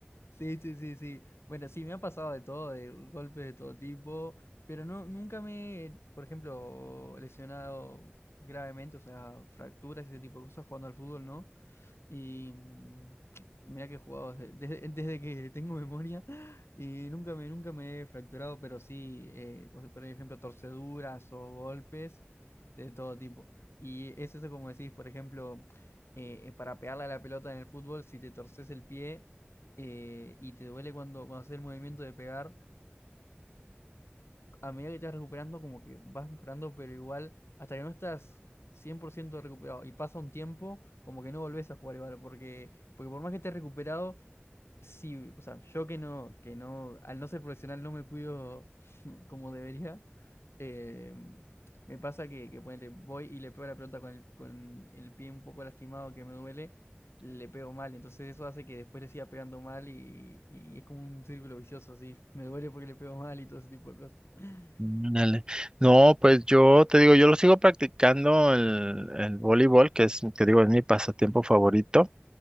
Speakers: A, on the left; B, on the right.
A: Sí, sí, sí, sí. Bueno, sí, me ha pasado de todo, de golpes de todo tipo, pero no, nunca me, he, por ejemplo, lesionado gravemente, o sea, fracturas y ese tipo de cosas jugando al fútbol, ¿no? Y mm, mirá que he jugado desde, desde- desde que tengo memoria y nunca me, nunca me he fracturado, pero sí, eh, o sea, por ejemplo, torceduras o golpes de todo tipo. Y es eso como decís, por ejemplo, eh, para pegarle a la pelota en el fútbol, si te torces el pie eh, y te duele cuando, cuando haces el movimiento de pegar a medida que te vas recuperando, como que vas mejorando, pero igual, hasta que no estás 100% recuperado y pasa un tiempo, como que no volvés a jugar igual, porque, porque por más que estés recuperado, sí, o sea, yo que no, que no, al no ser profesional no me cuido <laughs> como debería, eh, me pasa que, que ponele, voy y le pego la pelota con el, con el pie un poco lastimado que me duele. Le pego mal, entonces eso hace que después le siga pegando mal y, y es como un círculo vicioso, así. Me duele porque le pego mal y todo ese tipo de cosas. <laughs>
B: Mm, Dale. No, pues yo te digo, yo lo sigo practicando el, el voleibol, que es, te digo, es mi pasatiempo favorito.